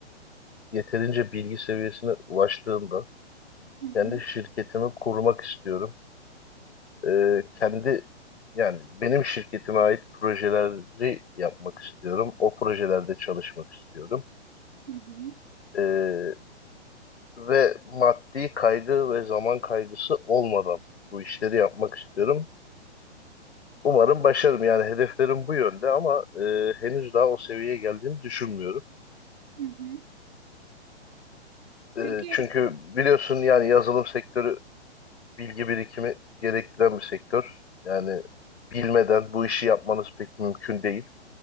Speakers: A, on the left; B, on the right.
A: yeterince bilgi seviyesine ulaştığımda
B: Hı
A: kendi
B: hı,
A: şirketimi kurmak istiyorum. e, kendi yani benim şirketime ait projeleri yapmak istiyorum. O projelerde çalışmak istiyorum.
B: hı hı,
A: E, ve maddi kaygı ve zaman kaygısı olmadan bu işleri yapmak istiyorum. Umarım başarırım. Yani hedeflerim bu yönde ama e, henüz daha o seviyeye geldiğimi düşünmüyorum.
B: hı hı.
A: E,
B: Peki,
A: çünkü biliyorsun yani yazılım sektörü bilgi birikimi gerektiren bir sektör. Yani bilmeden bu işi yapmanız pek mümkün değil.